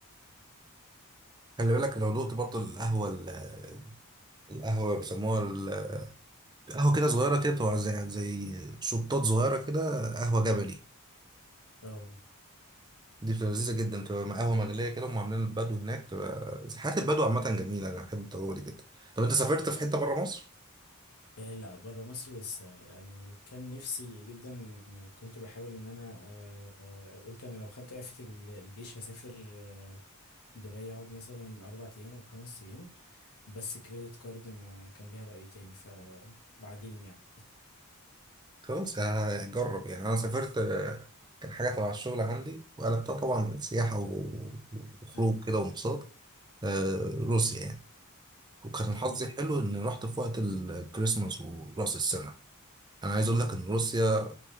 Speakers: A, on the right; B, on the left.
A: خلي بالك لو دقت برضه القهوه ال- القهوه بيسموها ال- قهوه كده صغيره كده بتبقى زي زي شطات صغيره كده قهوه جبلي
B: اه
A: دي بتبقى لذيذه جدا بتبقى قهوه مغليه كده هم عاملين البدو هناك بتبقى حياه البدو عامه جميله انا بحب التجربه دي جدا طب انت سافرت في حته بره مصر
B: إيه لا بره مصر لسه يعني كان نفسي جدا كنت بحاول ان انا آه، آه، قلت انا لو خدت اعفة ال- الجيش هسافر آه، دبي اقعد مثلا اربع ايام او خمس ايام بس كريدت كارد ما كان ليها رأي تاني فبعدين يعني
A: خلاص هجرب يعني انا سافرت آه، كان حاجه تبع الشغل عندي وقلبتها طبعا سياحه و- وخروج
B: <laughs> أيوة
A: كده وانبساط آه، روسيا يعني وكان
B: جميل
A: حظي حلو اني رحت في وقت الكريسماس وراس السنه انا عايز اقول لك ان روسيا